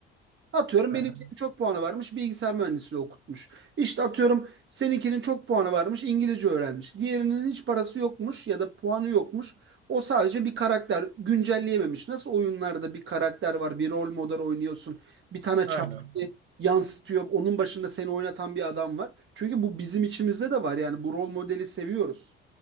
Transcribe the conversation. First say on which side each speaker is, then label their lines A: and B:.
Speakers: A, on the right; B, on the right.
A: Atıyorum
B: Hı
A: benimkinin
B: hı,
A: çok puanı varmış bilgisayar mühendisliği okutmuş. İşte atıyorum seninkinin çok puanı varmış İngilizce öğrenmiş. Diğerinin hiç parası yokmuş ya da puanı yokmuş. O sadece bir karakter güncelleyememiş. Nasıl oyunlarda bir karakter var bir rol model oynuyorsun. Bir tane
B: Aynen.
A: çarpı yansıtıyor. Onun başında seni oynatan bir adam var. Çünkü bu bizim içimizde de var yani bu rol modeli seviyoruz.